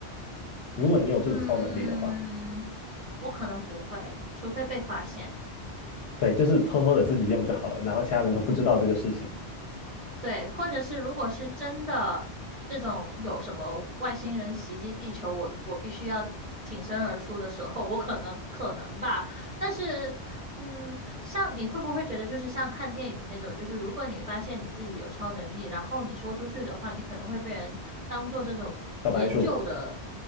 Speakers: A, on the left (about 70°); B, on the right (about 40°).
A: 如果你有这个超能力的话，
B: 嗯，我可能不会，除非被发现。
A: 对，就是偷偷的自己用就好了，然后其他人都不知道这个事情。
B: 对，或者是如果是真的这种有什么外星人袭击地球，我我必须要挺身而出的时候，我可能可能吧。但是，嗯，像你会不会觉得就是像看电影那种，就是如果你发现你自己有超能力，然后你说出去的话，你可能会被人当做这种研究的，
A: 小白鼠。